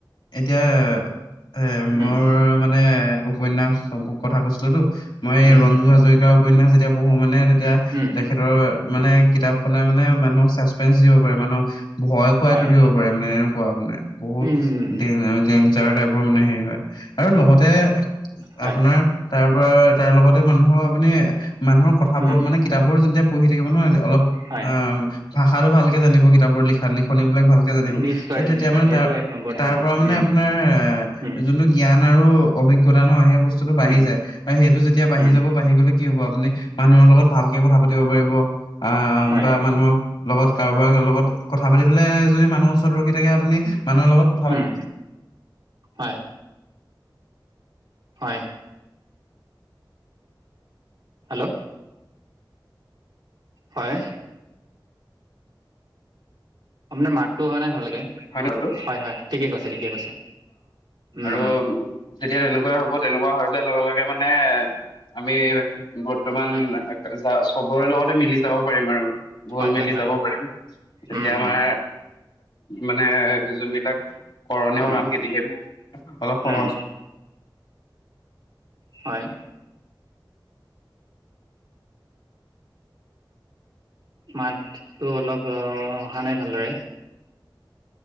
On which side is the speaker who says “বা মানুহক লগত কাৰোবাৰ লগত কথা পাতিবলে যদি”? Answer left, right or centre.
Left